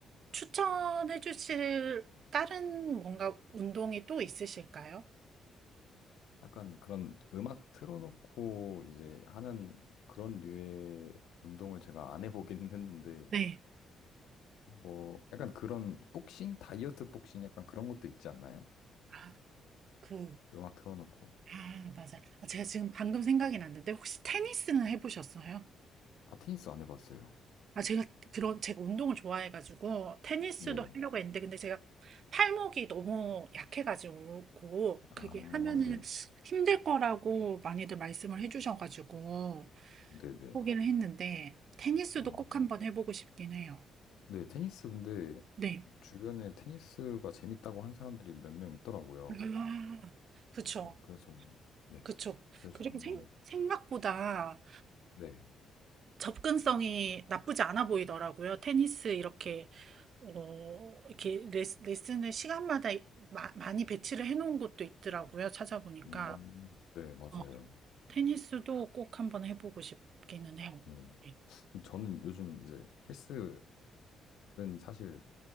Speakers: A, on the right; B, on the left.
A: 추천해 주실 다른 뭔가 운동이 또 있으실까요?
B: 약간 그런 음악 틀어놓고 이제 하는 그런 류의 운동을 제가 안 해보긴 했는데,
A: 네.
B: 뭐, 약간 그런 복싱? 다이어트 복싱 약간 그런 것도 있지 않나요?
A: 아, 그,
B: 음악 틀어놓고.
A: 아, 맞아. 아, 제가 지금 방금 생각이 났는데, 혹시 테니스는 해보셨어요?
B: 아, 테니스 안 해봤어요.
A: 아, 제가 그런, 제가 운동을 좋아해가지고, 테니스도
B: 네.
A: 하려고 했는데, 근데 제가 팔목이 너무 약해가지고,
B: 아,
A: 그게 하면은
B: 네.
A: 힘들 거라고 많이들 말씀을 해주셔가지고,
B: 네네.
A: 포기를 했는데, 테니스도
B: 어,
A: 꼭 한번 해보고 싶긴 해요.
B: 네, 테니스 근데
A: 네.
B: 주변에 테니스가 재밌다고 한 사람들이 몇 명 있더라고요.
A: 아, 그쵸.
B: 네, 그래서, 네.
A: 그쵸.
B: 그래서
A: 그리고
B: 하는,
A: 생, 생각보다
B: 네.
A: 접근성이 나쁘지 않아 보이더라고요. 테니스 이렇게 어, 이렇게 레스, 레슨을 시간마다 이- 마- 많이 배치를 해놓은 곳도 있더라고요. 찾아보니까
B: 음, 네, 맞아요.
A: 어, 테니스도 꼭 한번 해보고 싶기는 해요.
B: 어,
A: 네.
B: 저는 요즘 이제 헬스는 사실